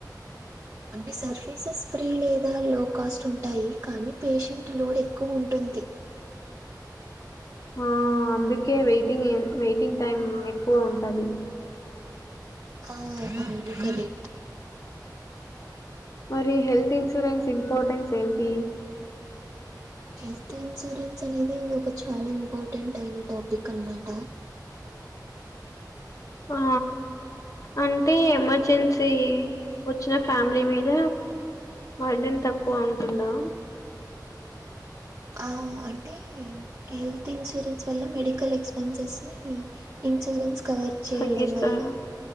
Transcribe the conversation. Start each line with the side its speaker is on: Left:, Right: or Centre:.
Right: ఆంటె సర్వీసెస్ ఫ్రీ లేదా లో కాస్ట్ ఉంటాయి కానీ పేషెంట్ లోడ్ ఎక్కువ ఉంటుంది
Left: ఆ అందుకే వెయిటింగ్ వెయిటింగ్ టైం ఎక్కువ వుంటది
Right: ఆ అందుకనే
Left: మరి హెల్త్ ఇన్సూరెన్స్ ఇంపార్టెన్స్ ఏంటి
Right: హెల్త్ ఇన్సూరెన్స్ అనేది ఇది ఒక చాలా ఇంపార్టెంట్ అయిన టాపిక్ అనమాట
Left: ఆ అంటే ఎమర్జెన్సీ వచ్చిన ఫ్యామిలీ మీద బర్డేన్ తక్కువ ఉంటుందా
Right: ఆ అంటే హెల్త్ ఇన్సూరెన్స్ వల్ల మెడికల్ ఎక్స్పెన్సెస్ ని ఇన్సూరెన్స్ కవర్ చేయడం
Left: తగ్గిస్తారు
Right: వల్ల